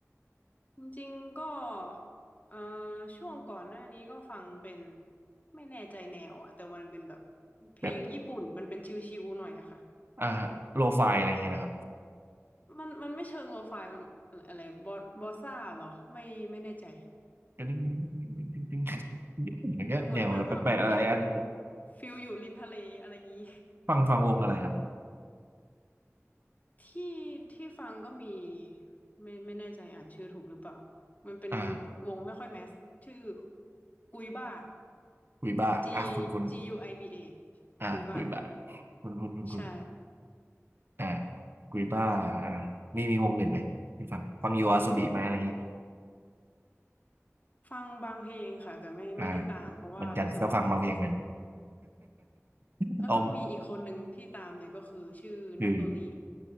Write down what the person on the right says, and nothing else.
แบบ
อ่าโลไฟอะไรอย่างเงี้ยนะครับ
ก็ดิ้งดิ้งดิ้งดิ้งดิ้งอย่างเงี้ยแนวแปลกๆอะไรอัน
ฟังฟังวงอะไรครับ
อ่า
กุยบ้าอ่าคุณคุณ
อ่ากุยบ้า
คุณคุณคุณคุณ
อ่ากุยบ้าอ่ามีมีวงอื่นไหมที่ฟังฟังยูอาโซบีไหมอะไรอย่างงี้
อ่าเหมือนกันก็ฟังบางเพลงกัน <laughs>
ออมคือ